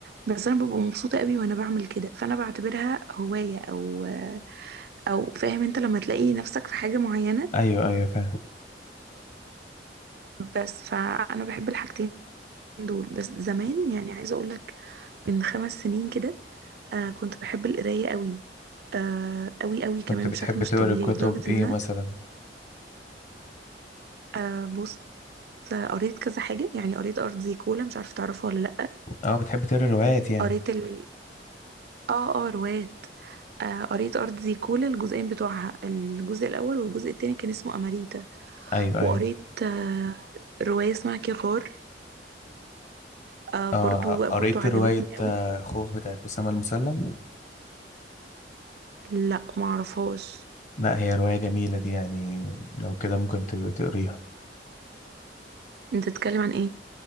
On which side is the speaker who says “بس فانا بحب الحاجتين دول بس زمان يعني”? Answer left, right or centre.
Right